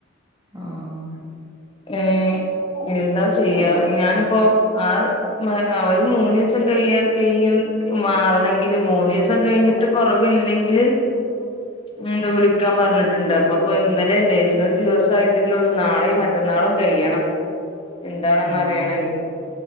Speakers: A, on the right; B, on the left.
A: ആഹ്
B: ഏ എന്താചെയ്യ
A: പിന്നെ
B: ഞാനിപ്പോ അഹ് മ്മ ഒരു മൂന്നി <unintelligible> മാറണെങ്കില് മൂന്ന് ദിവസം കഴിഞ്ഞിട്ട് കൊറവില്ലെങ്കില്-
A: <inaudible>
B: വീണ്ടും വിളിക്കാൻ പറഞ്ഞിട്ടുണ്ട് അപ്പക്കൊ ഇന്നലല്ലേ ഇന്നൊരു ദിവസായിട്ടല്ലാള്ളു നാളെയും - മറ്റന്നാളും കഴിയണം എന്താണെന്ന്
A: ഓഹ്.
B: അറിയണെങ്കി